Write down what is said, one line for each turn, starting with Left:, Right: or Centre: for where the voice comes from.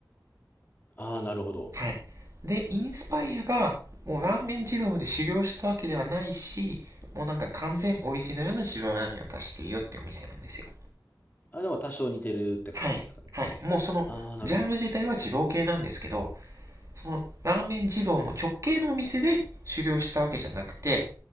Left: ああ、なるほど。
Right: はい。で、インスパイアが、もうラーメン二郎で修行したわけではないし、もうなんか完全オリジナルの自分ラーメンを出してるよってお店なんですよ。
Left: あ、でも多少似てるって感じですかね。
Right: はい。はい。もうその、
Left: ああ、なるほど。
Right: ジャンル自体は二郎系なんですけど、その、ラーメン二郎の直系のお店で修行したわけじゃなくて、